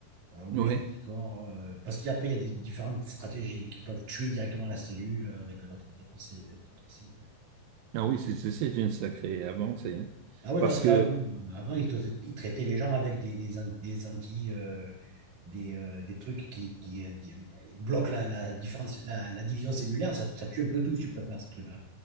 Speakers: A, on the right; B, on the right.
A: euh, ou
B: oui.
A: les anticorps. euh, parce qu'après, il y a des différentes stratégies qui peuvent tuer directement la cellule euh, avec d'autres d'autres cell- d'autres cellules.
B: Ah oui, c'est c'est- c'est une sacrée avancée. hein.
A: Ah ouais,
B: Parce
A: parce qu'avant,
B: que,
A: euh, avant, ils, tra- ils traitaient les gens avec des, des, an- des anti, euh, des, euh, des trucs qui, qui, euh, di- bloquent la, la différence, la, la division cellulaire. Ça, ça tue un peu tout, si tu préfères, ce truc-là.